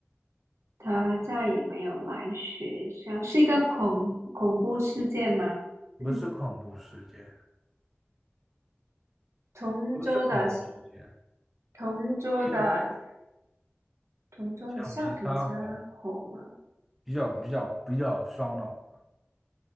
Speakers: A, on the right; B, in the centre.
A: 他再也没有来学校，是一个恐恐怖事件吗？<coughs> <clears throat>
B: 不是恐怖事件，
A: 同桌的
B: 不是恐怖事件。
A: 同桌的
B: 一
A: 同桌的橡皮擦红了，
B: 橡皮擦红，比较比较比较烧脑的。